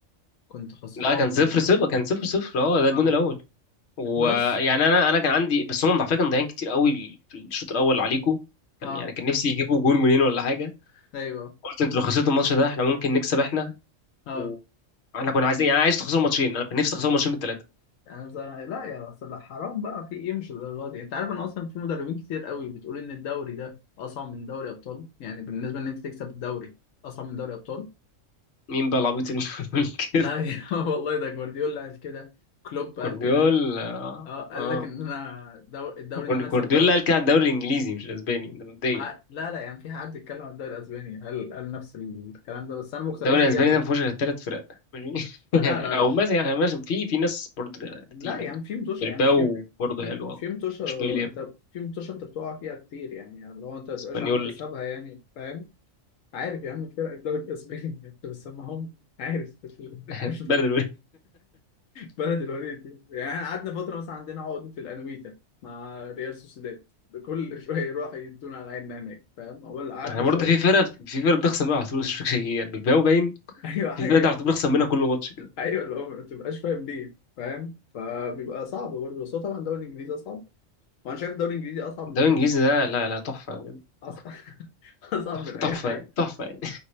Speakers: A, on the left (about 80°); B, on the left (about 60°).
A: كنت خسران
B: لا كان صفر
A: ولا
B: صفر كان صفر صفر اه ده الجون
A: آه
B: الاول ويعني
A: بس
B: انا انا كان عندي بس هم على فكره كانوا مضيعين كتير قوي في الشوط الاول عليكم كان
A: آه
B: يعني كان نفسي يجيبوا جون جونين ولا حاجه
A: ايوه
B: قلت انتوا لو خسرتوا الماتش ده احنا ممكن نكسب احنا
A: اه
B: وانا كنا عايزين يعني عايز تخسروا ماتشين انا كنت نفسي اخسر ماتشين من الثلاثه
A: يعني ز- لا يا بس لا حرام بقى في ايه مش الدرجه دي انت عارف ان اصلا في مدربين كتير قوي بتقول ان الدوري ده اصعب من دوري ابطال يعني بالنسبه ان انت تكسب الدوري اصعب من دوري ابطال
B: مين بقى العبيط اللي <laughs> بيقول
A: لا
B: كده
A: يا <laughs> والله ده جوارديولا قال كده كلوب قال
B: جوارديولا
A: كده
B: اه
A: اه قال
B: آه.
A: لك ان انا دو... الدوري
B: جوار-
A: ان انا
B: جوارديولا
A: اكسب الدوري
B: قال كده على الدوري الانجليزي مش الاسباني ده مبدئيا
A: مع... لا لا يعني في حد اتكلم عن الدوري الاسباني قال قال نفس الكلام ده بس انا ما
B: الدوري
A: مقتنعش
B: الاسباني
A: بيه عامه
B: ده ما فيهوش غير ثلاث فرق ماشي؟ <laughs>
A: لا لا لا
B: او مثلا يعني ماشي، في في ناس برضه
A: لا
B: تقيله
A: يعني
B: يعني
A: في متوشة
B: بلباو
A: يعني في
B: برضه
A: في
B: حلوه
A: في متوشة
B: اشبيليا
A: انت في متوشة انت بتقع فيها كتير يعني لو انت ما تبقاش
B: اسبانيول
A: عامل حسابها يعني فاهم عارف يا عم فرق الدوري الاسباني <laughs> انت بتسمعهم عارف ال-
B: <laughs>
A: <laughs>
B: بلد
A: بلد الوليد دي. يعني احنا قعدنا فترة مثلا عندنا عقدة الانويتا مع ريال سوسيداد كل <laughs> شوية يروح يدونا على عيننا هناك فاهم اول قعدنا
B: احنا برضه
A: شوية
B: في فرق في فرق بتخسر منها على طول بس مش فاكر هي إيه، يعني بلباو باين
A: <laughs> ايوه حاجة
B: في فرق ده على طول بنخسر منها كل ماتش كده
A: ايوه اللي هو ما تبقاش فاهم ليه فاهم فبيبقى صعب برضه بس هو طبعا الدوري الانجليزي اصعب وانا شايف الدوري الانجليزي اصعب
B: الدوري
A: من
B: الانجليزي ده لا لا تحفه يعني.
A: أص...
B: تحفه
A: <laughs> <laughs> اصعب
B: تحفه
A: من اي
B: تحفه
A: حاجه
B: يعني تحفه يعني